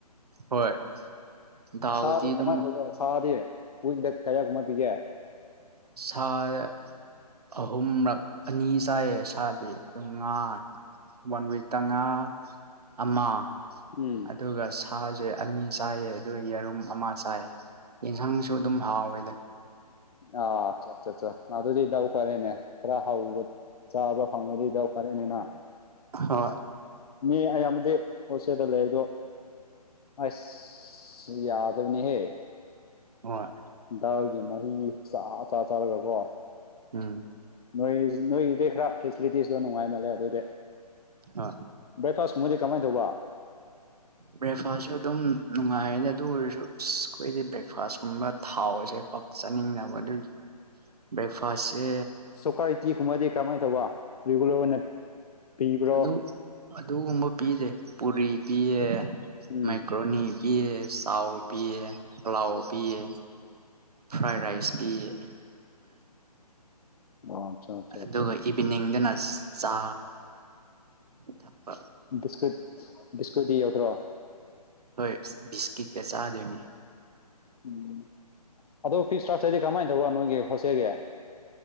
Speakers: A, on the right (about 70°); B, on the left (about 65°).
A: ꯍꯣꯏ ꯗꯥꯎꯗꯤ
B: ꯁꯥꯗꯤ ꯀꯃꯥꯏꯅ
A: ꯑꯗꯨꯝ
B: ꯇꯧꯒꯦ ꯁꯥꯗꯤ ꯋꯤꯛꯗ ꯀꯌꯥꯒꯨꯝꯕ ꯄꯤꯒꯦ
A: ꯁꯥꯗꯤ ꯑꯍꯨꯝꯔꯛ ꯑꯅꯤ ꯆꯥꯏꯌꯦ ꯁꯥꯗꯤ ꯑꯗꯨꯝ ꯉꯥ ꯋꯥꯟ ꯋꯤꯛ ꯇꯉꯥ ꯑꯃ
B: ꯎꯝ
A: ꯑꯗꯨꯒ ꯁꯥ ꯁꯥꯁꯦ ꯑꯅꯤ ꯆꯥꯏꯌꯦ ꯑꯗꯨ ꯌꯦꯔꯨꯝ ꯑꯃ ꯆꯥꯏꯌꯦ ꯌꯦꯟꯁꯥꯡꯁꯨ ꯑꯗꯨꯝ ꯍꯥꯎꯋꯦꯗ
B: ꯑ ꯑꯆꯥ ꯑꯆꯥ ꯑꯆꯥ ꯃꯥ ꯑꯗꯨꯗꯤꯗꯥꯎ ꯐꯔꯦꯅꯦ ꯈꯔ ꯍꯥꯎꯕ ꯆꯥꯕ ꯐꯪꯉꯗꯤ ꯗꯥꯎꯐꯔꯦꯅꯦꯅꯥ
A: ꯍꯣꯏ
B: ꯃꯤ ꯑꯌꯥꯝꯕꯗꯤ ꯍꯣꯜꯁꯦꯜꯗ ꯂꯩ ꯑꯗꯨ ꯑꯁ ꯌꯥꯗꯅꯦꯍꯦ
A: ꯍꯣꯏ
B: ꯗꯥꯜꯒꯤ ꯃꯍꯤ ꯆ ꯆ ꯆꯥꯔꯒ ꯀꯣ
A: ꯎꯝ
B: ꯅꯣꯏ ꯅꯣꯏꯒꯤꯗꯤ ꯈꯔ ꯐꯦꯁꯤꯂꯤꯇꯤꯁꯇꯣ ꯅꯨꯡꯉꯥꯏ ꯃꯥꯜꯂꯦ ꯑꯗꯨꯗꯤ
A: ꯍꯣꯏ
B: ꯕ꯭ꯔꯦꯛꯐꯥꯁ ꯀꯨꯝꯕꯗꯤ ꯀꯃꯥꯏ ꯇꯧꯕ
A: ꯕ꯭ꯔꯦꯛꯐꯥꯁꯁꯨ ꯑꯗꯨꯝ ꯅꯨꯡꯉꯥꯏꯌꯦꯗ ꯑꯗꯨ ꯑꯣꯏꯔꯁꯨ ꯑꯁ ꯑꯩꯈꯣꯏꯗꯤ ꯕ꯭ꯔꯦꯛꯐꯥꯁꯀꯨꯝꯕ ꯊꯥꯎꯁꯦ ꯄ ꯆꯥꯅꯤꯡꯗꯕ ꯑꯗꯨꯒꯤ ꯕ꯭ꯔꯦꯛꯐꯥꯁꯁꯦ
B: ꯁꯣꯀꯥꯔꯤꯇꯤꯒꯨꯝꯕꯗꯤ ꯀꯃꯥꯏꯅ ꯇꯧꯕ ꯔꯤꯒꯨꯂꯔ ꯑꯣꯏꯅ ꯄꯤꯕ꯭ꯔꯣ
A: ꯑꯗꯨ ꯑꯗꯨꯒꯨꯝꯕ ꯄꯤꯗ‌ꯦ ꯄꯨꯔꯤ ꯄꯤꯌꯦ
B: ꯎꯝ
A: ꯃ‌ꯦꯛꯀ꯭ꯔꯣꯅꯤ ꯄꯤꯌꯦ ꯆꯥꯎ ꯄꯤꯌ‌ꯦ ꯄ꯭ꯂꯥꯎ ꯄꯤꯌꯦ ꯐ꯭ꯔꯥꯏ ꯔꯥꯏꯁ ꯄꯤꯌ‌ꯦ
B: ꯑꯣ ꯑꯆꯥ
A: ꯑꯗꯨꯒ
B: ꯑꯆꯥ
A: ꯏꯚꯤꯅꯤꯡꯗꯅ ꯆꯥ ꯊꯛꯄ
B: ꯕꯤꯁꯀꯨꯠ ꯕꯤꯁꯀꯨꯠꯇꯤ ꯌꯥꯎꯗ꯭ꯔꯣ
A: ꯍꯣꯏ ꯕꯤꯁꯀꯤꯠꯀ ꯆꯥꯗꯣꯏꯅꯦ
B: ꯎꯝ ꯑꯗꯣ ꯐꯤ ꯁꯔ꯭ꯛꯆꯔꯗꯤ ꯀꯃꯥꯏꯅ ꯇꯧꯕ ꯅꯣꯏꯒꯤ ꯍꯣꯁꯇꯦꯜꯒꯤ